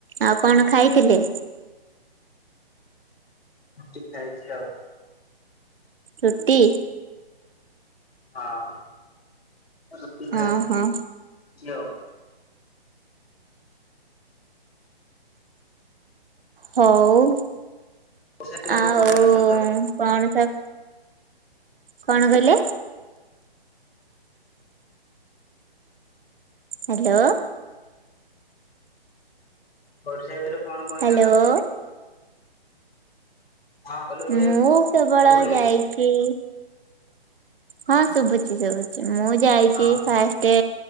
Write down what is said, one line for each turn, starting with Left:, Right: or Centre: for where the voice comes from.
Right: ଆଉ କଣ ଖାଇଥିଲେ?
Left: ରୁଟି ଖାଇଚି ଆଉ।
Right: ରୁଟି।
Left: ହଁ। ରୁଟି ଖାଇଛି
Right: ଅଁହଁ।
Left: <unintelligible>
Right: ହୋଉ
Left: ଓଡିଶା ଭିତରେ
Right: ଆଉ
Left: କୋଉ କୋଉ ଜାଗା ବୁଲିଛ?
Right: କଣ ସ କଣ କହିଲେ? ହାଲୋ।
Left: ଓଡ଼ିଶା ଭିତରେ କଣ କଣ
Right: ହ୍ୟାଲୋ
Left: ଜାଗା ବୁଲିବ? ହଁ କହିଲି ଓଡିଆ
Right: ମୁଁ
Left: ଭିତରେ କଣ
Right: କେବଳ
Left: ଶୁଭୁନି?
Right: ଯାଇକି ହଁ ଶୁଭୁଛି ଶୁଭୁଛି ମୁଁ ଯାଇଛି
Left: ହଁ
Right: ଫାଷ୍ଟ ଟେ